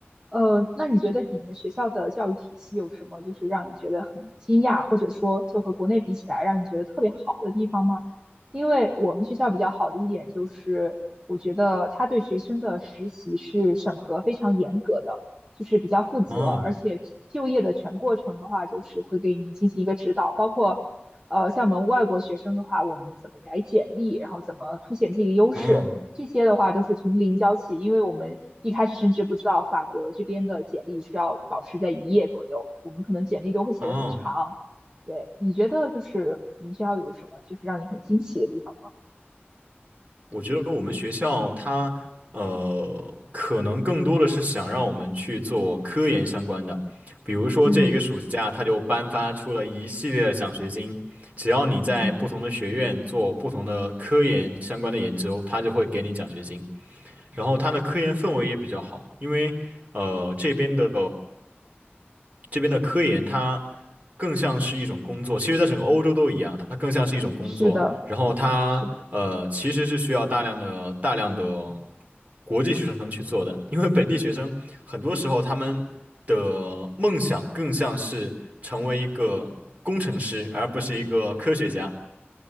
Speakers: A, on the right; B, on the right.
A: 呃，那你觉得你们学校的教育体系有什么就是让你觉得很惊讶，或者说就和国内比起来让你觉得特别好的地方吗？因为我们学校比较好的一点就是，我觉得他对学生的实习是审核非常严格的，就是比较负责，
B: 哦
A: 而且就业的全过程的话，就是会给你进行一个指导，包括。呃，像我们外国学生的话，我们怎么改简历，然后怎么凸显自己的优势，
B: 哦
A: 这些的话都是从零教起，因为我们一开始甚至不知道法国这边的简历需要保持在一页左右，我们可能简历都会写得很长。
B: 哦。
A: 对，你觉得就是你们学校有什么就是让你很惊喜的地方吗？
B: 我觉得我们学校它呃，可能更多的是想让我们去做科研相关的，比如说这一个暑假，
A: 嗯
B: 它就颁发出了一系列的奖学金，只要你在不同的学院做不同的科研相关的研究，
A: 嗯，
B: 它就会给你奖学金。然后它的科研氛围也比较好，因为呃这边的这边的科研它更像是一种工作，其实在整个欧洲都一样，它更像是一种工作，
A: 是的，
B: 然后它呃其实是需要大量的大量的
A: 是的，
B: 国际学生去做的，因为本地学生很多时候他们的梦想更像是成为一个工程师，而不是一个科学家。